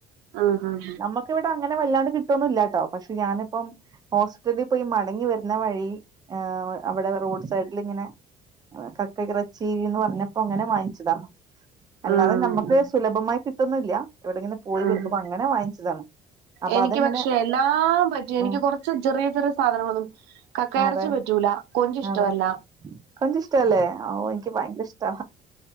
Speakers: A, on the right; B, on the right.
A: ഉം ഉം
B: നമ്മക്കിവിടെ അങ്ങനെ വല്ലാണ്ട് കിട്ടോന്നുല്ലാട്ടോ പക്ഷെ ഞാനിപ്പം ഹോസ്റ്റലി പോയി മടങ്ങി വരുന്ന വഴി ഏഹ് അവിടെ റോഡ് സൈഡിലിങ്ങനെ കക്ക എറച്ചീന്ന് പറഞ്ഞപ്പം അങ്ങനെ വാങ്ങിച്ചതാ അല്ലാതെ
A: ഉം
B: നമ്മക്ക്
A: ഉം.
B: സുലഭമായി കിട്ടുന്നില്ല ഇവിടിങ്ങനെ പോയി
A: ആഹ്
B: വരുമ്പ അങ്ങനെ വാങ്ങിച്ചതാണ് അപ്പൊ
A: എനിക്ക്
B: അതങ്ങനെ
A: പക്ഷെ എല്ലാം പറ്റും എനിക്ക്
B: ആഹ്
A: കൊറച്ച് ചെറിയ ചെറിയ സാധനങ്ങളൊന്നും കക്കയെറച്ചി
B: അതെ
A: പറ്റൂല കൊഞ്ച് ഇഷ്ടവല്ല
B: അതെ കൊഞ്ച് ഇഷ്ടല്ലേ ഓഹ് എനിക്ക് ഭയങ്കര ഇഷ്ടാ